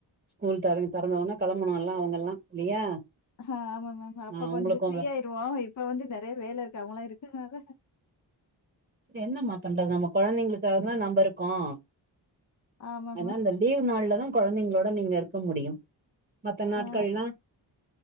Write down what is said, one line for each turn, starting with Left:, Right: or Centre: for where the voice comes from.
Right: ஸ்கூல் தொறந் தொறந்வுடனே கிளம்பனு எல்லாம் அவங்க எல்லாம் இல்லையா
Left: ஆஹ் ஆமா மேம் அப்ப
Right: ஆ
Left: கொஞ்சம்
Right: உங்களுக்கு
Left: ஃப்ரீயாயிருவோம்
Right: வ
Left: இப்ப வந்து நெறைய வேலை இருக்கு அவங்கெல்லாம் இருக்கனால
Right: என்னமா பண்றது நம்ம கொழந்தைங்களுக்காக தான் நம்ம இருக்கோம்
Left: ஆமா
Right: ஆனா
Left: மேம்.
Right: அந்த லீவ் நாள்லதான் கொழந்தைங்களோட நீங்க இருக்க முடியும் மத்த நாட்கள்னா
Left: ஆ